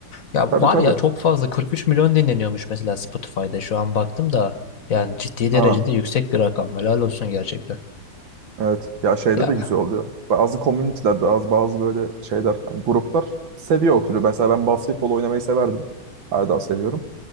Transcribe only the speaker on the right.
Tabii
tabii.
Ha,
evet. Ya şeyde
de güzel oluyor. Bazı komünitelerde az bazı böyle şeyler hani gruplar seviye oturuyor. Mesela ben basketbol oynamayı severdim. Hala daha seviyorum.